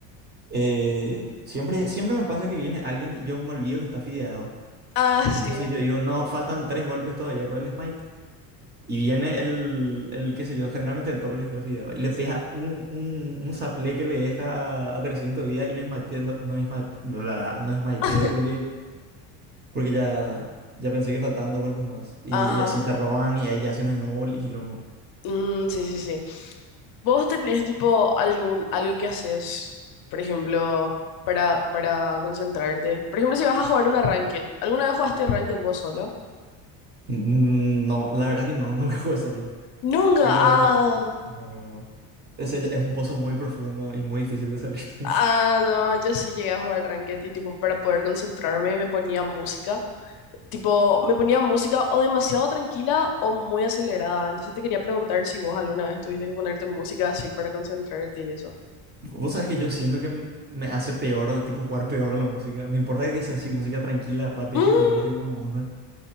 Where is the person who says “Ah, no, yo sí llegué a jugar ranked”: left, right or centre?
Left